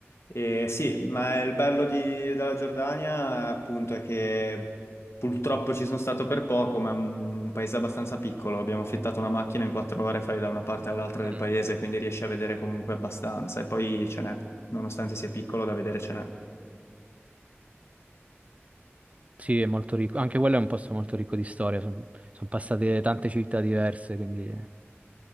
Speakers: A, on the left; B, on the right.
A: E sì, ma il bello di- della Giordania appunto è che purtroppo ci sono stato per poco, ma è un paese abbastanza piccolo. Abbiamo affittato una macchina in quattro ore, fai da una parte all'altra del
B: Mm.
A: paese, quindi riesci a vedere comunque abbastanza. E poi ce n'è nonostante sia piccolo, da vedere ce n'è.
B: Sì, è molto ricco. Anche quello è un posto molto ricco di storia. Sono passate tante città diverse, quindi eh,